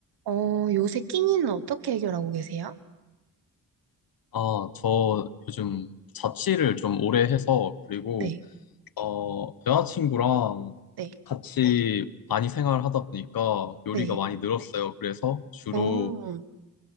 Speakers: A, on the right; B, on the left.
A: 어, 요새 끼니는 어떻게 해결하고 계세요?
B: 아, 저 요즘 자취를 좀 오래 해서 그리고
A: 네,
B: 어, 여자친구랑
A: 네,
B: 같이 많이 생활하다 보니까 요리가
A: 네.
B: 많이 늘었어요. 그래서 주로
A: 어,